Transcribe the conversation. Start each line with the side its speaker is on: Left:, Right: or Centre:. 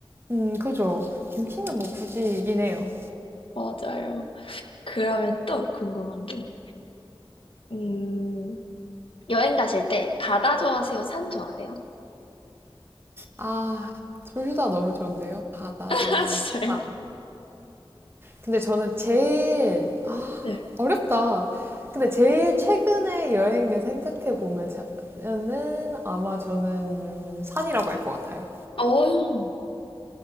Right: 음, 그죠. 김치는 뭐 굳이이긴 해요.
Left: 맞아요. 그러면 또 궁금한 게, 음, 여행 가실 때 바다 좋아하세요? 산 좋아하세요?
Right: 아, 둘 다 너무 좋은데요? 바다
Left: <laughs>
Right: 대
Left: 아, 진짜요?
Right: 산. 근데 저는 제일, 아,
Left: 네.
Right: 어렵다. 근데 제일 최근에 여행을 생각해 보면, 는 아마 저는 산이라고 할 것 같아요.
Left: 어,